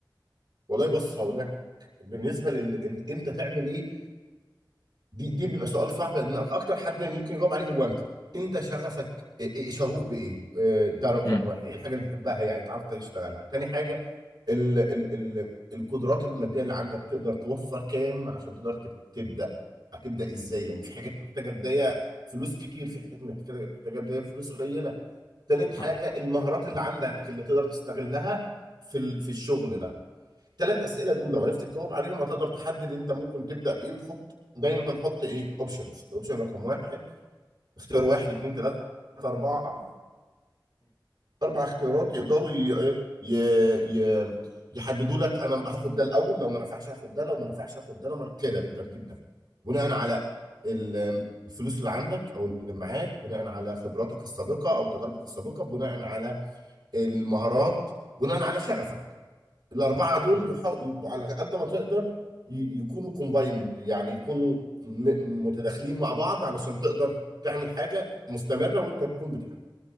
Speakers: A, on the right; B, on the left.
A: والله بص هقول لك بالنسبه لل انت انت تعمل ايه دي دي بيبقى سؤال صعب لان اكتر حد ممكن يجاوب عليه هو انت انت شغفك إيه- إيه- شغوف بايه آه، ده رقم
B: امم
A: واحد يعني الحاجه اللي بتحبها يعني تعرف تشتغلها تاني حاجه ال ال ال القدرات الماديه اللي عندك تقدر توفر كام عشان تقدر تب- تبدا هتبدا ازاي لان في حاجات محتاجه بدايه فلوس كتير في حاجات محتاجه محتاجه بدايه فلوس قليله تالت حاجه
B: صح
A: المهارات اللي عندك اللي تقدر تستغلها في ال- في الشغل ده ثلاث اسئله دول لو عرفت تجاوب عليهم هتقدر تحدد انت ممكن تبدا بايه وتحط دايما حط ايه اوبشنز اوبشن رقم واحد اختيار واحد اتنين تلاته اربعه اربع اختيارات يقدروا ي... إيه؟ ي... ي... يحددوا لك انا هاخد ده الاول لو ما نفعش هاخد ده لو ما نفعش هاخد ده لو ما كده بالترتيب ده بناء على ال- الفلوس اللي عندك او اللي معاك بناء على خبراتك السابقه او تجاربك السابقه بناء على المهارات بناء على شغفك الأربعة دول
B: امم
A: يحاول على قد ما تقدر ي- يكونوا كومبايند يعني يكونوا م- متداخلين مع بعض علشان تقدر تعمل حاجة مستمرة وأنت تكون بتحبها